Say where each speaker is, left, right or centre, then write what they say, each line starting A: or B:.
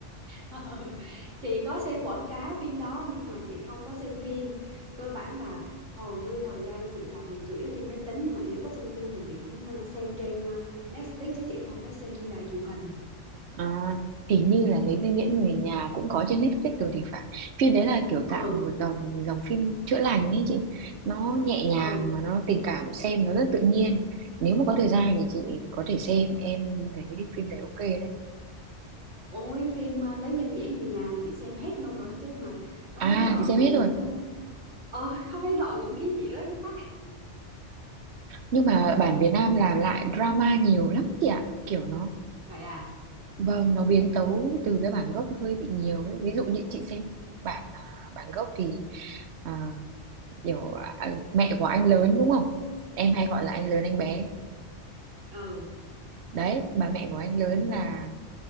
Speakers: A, on the right; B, on the right.
A: Ờ, chị có xem quảng cáo phim đó nhưng mà chị không có xem phim cơ bản là hầu như thời gian chị làm việc chủ yếu trên máy tính mà nếu có xem phim thì chị cũng ờ, xem trên ờ, Netflix chứ chị không có xem trên đài truyền hình
B: À, hình như là lấy danh nghĩa người nhà cũng có trên Netflix rồi thì phải. Phim đấy là kiểu dạng
A: ừ
B: một dòng dòng phim chữa lành ấy chị. Nó nhẹ nhàng
A: ừ
B: mà nó tình cảm xem nó rất tự nhiên. Nếu mà có thời gian thì chị có thể xem, em thấy phim đấy ok đấy.
A: Ôi phim à, Lấy danh nghĩa người nhà là chị xem hết luôn rồi chứ mà có
B: À,
A: mấy đoạn
B: chị xem
A: ờ,
B: hết rồi.
A: nó ờ <laughs> có mấy đoạn cũng khiến chị rớt nước mắt
B: Nhưng mà bản Việt Nam làm lại drama nhiều lắm chị ạ. Kiểu nó
A: vậy à
B: vâng, nó biến tấu từ cái bản gốc hơi bị nhiều ấy. Ví dụ như chị xem bản à, bản gốc thì à, kiểu à, mẹ của anh lớn đúng không em hay gọi là anh lớn anh bé
A: ừ
B: đấy bà mẹ của anh lớn là